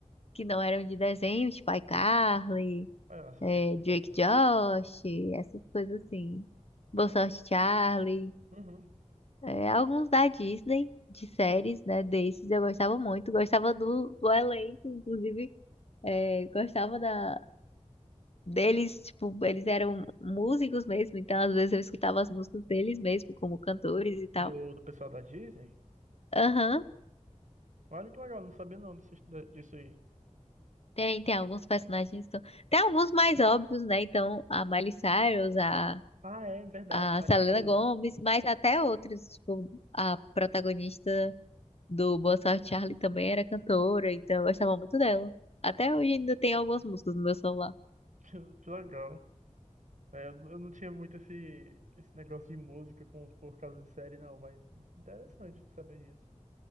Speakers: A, on the left (about 55°); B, on the right (about 75°).
A: que não eram de desenho, tipo iCarly.
B: Ah, Eu assistia
A: é,
B: também
A: Drake
B: bastante.
A: Josh, essas coisas assim. Boa Sorte Charlie.
B: Uhum.
A: É, alguns da Disney, de séries, né? Desses eu gostava muito. Gostava do, do elenco, inclusive. é, gostava da, deles, tipo, eles eram músicos mesmo, então às vezes eu escutava as músicas deles mesmo, como cantores e tal.
B: Do, do pessoal da Disney?
A: Aham.
B: Olha que legal, não sabia não disso, da- disso aí.
A: Tem, tem alguns personagens que são... Tem alguns mais óbvios, né? Então, a Miley Cyrus, a
B: Ah, é, é verdade,
A: a
B: Miley
A: Selena
B: Cyrus.
A: Gomes,
B: <laughs>
A: mas até outros, tipo, a protagonista do Boa Sorte Charlie também era cantora, então eu gostava muito dela. Até hoje ainda tem algumas músicas no meu celular.
B: Que que legal. É, eu, eu não tinha muito esse, esse negócio de música com, por causa de série, não, mas interessante saber disso.